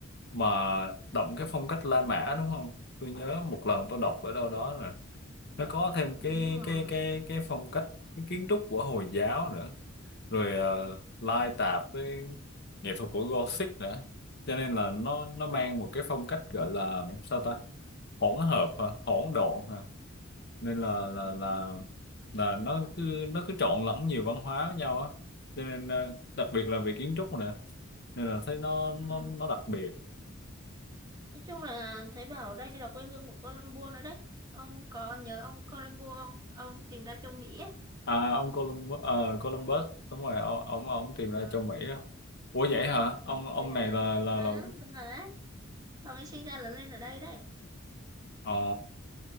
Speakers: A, on the left; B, on the right.
A: mà đậm cái phong cách La Mã đúng không? Tôi nhớ một lần tôi đọc ở đâu đó rồi nó có thêm cái
B: Đúng rồi.
A: cái cái cái phong cách cái kiến trúc của Hồi giáo nữa rồi ờ, lai tạp với nghệ thuật của Gothic nữa cho nên là nó nó mang một cái phong cách gọi là sao ta hỗn hợp hả? hỗn độn hả? nên là là
B: Ừ.
A: là là nó cứ nó cứ trộn lẫn nhiều văn hóa với nhau á cho nên ờ, đặc biệt là về kiến trúc nữa nên là thấy nó nó
B: Ừ.
A: nó đặc biệt
B: Nói chung là thấy bảo đây là quê hương của Colombo nữa đấy. Ông có nhớ ông Colombo ông, ông tìm ra châu Mỹ ấy.
A: à ông Columbus, ờ, Columbus đúng rồi ông ông ông tìm ra
B: Ừ,
A: châu Mỹ á ủa vậy hả
B: ừ,
A: ông ông
B: thế.
A: này là là
B: À,
A: là
B: đúng rồi đấy. Ông ấy sinh ra lớn lên ở đây đấy.
A: ờ